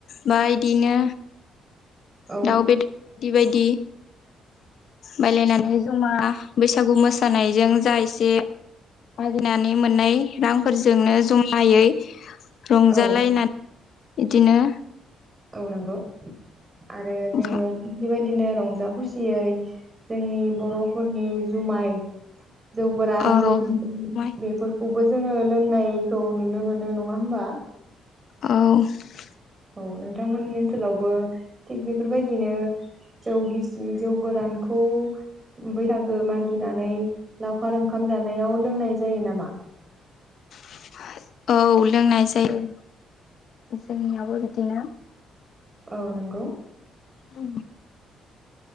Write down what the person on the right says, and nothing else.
औ
औ
औ नंगौ आरो
जोङो बेबायदि बिदिनो रंजा खुसियै जोंनि बर'फोरनि जुमाय जौ गोरान
जौ गदिर
बेफोरखौ बो जोङो लोंनायखौ नुनो मोनो नङा होमबा
औ नोंथांमोननि ओनसोलावबो थिग बेफोरबायदिनो जौ गिसि जौ गोदानखौ बैसागो मागिनानै लावखार ओंखाम जानायाव लोंनाय जायो नामा
औ नंगौ